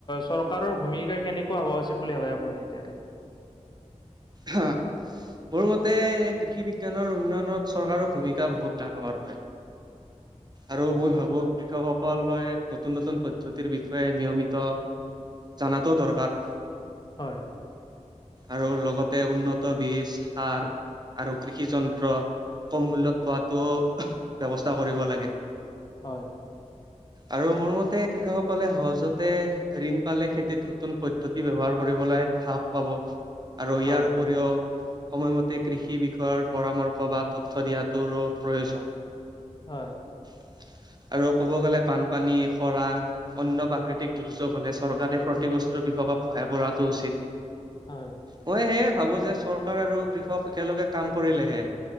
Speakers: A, on the left; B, on the right.
A: চৰকাৰৰ ভূমিকা কেনেকুৱা হোৱা উচিত বুলি ভাবে আপুনি এতিয়াতে?
B: হা মোৰ মতে কৃষি বিজ্ঞানৰ উন্নয়নত চৰকাৰৰ ভূমিকা বহুত ডাঙৰ হয়। আৰু
A: হয়
B: মই
A: কেনেকুৱা
B: ভাবো কৃষকসকলে নতুন নতুন পদ্ধতিৰ বিষয়ে নিয়মিত জনাটো দৰকাৰ।
A: হয়।
B: আৰু লগতে উন্নত বীজ, সাৰ আৰু কৃষি যন্ত্ৰ কম মূল্যত পোৱাতো ব্যৱস্থা কৰিব লাগে।
A: হয়।
B: আৰু মোৰ মতে কৃষকসকলে সহজতে ঋণ পালে খেতিত নতুন পদ্ধতি ব্যৱহাৰ কৰি কৰিবলৈ সাহস পাব আৰু
A: হয়
B: ইয়াৰ উপৰিও সময়মতে কৃষি বিষয়ৰ পৰামৰ্শ বা তথ্য দিয়াটোৰো প্ৰয়োজন।
A: হয়।
B: <inaudible> <unintelligible> আৰু ক'ব গ'লে বানপানী, খৰাং, অন্য প্ৰাকৃতিক দুৰ্যোগ হলে চৰকাৰে ক্ষতিগ্ৰস্ত কৃষক কৃষক সহায় কৰাটো উচিত।
A: হয়
B: মই সেয়ে ভাবো যে চৰকাৰ আৰু কৃষক একেলগে কাম কৰিলেহে